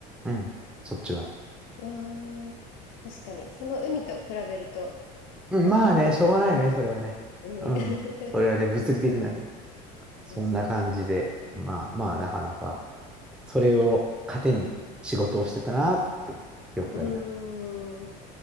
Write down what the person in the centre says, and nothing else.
うん、そっちは。
うん、
まあね、しょうがないね、それはね。
うん、
それはね、物理的なね。そんな感じで、
まあまあ、なかなか、それを糧に仕事をしてたなって記憶があります。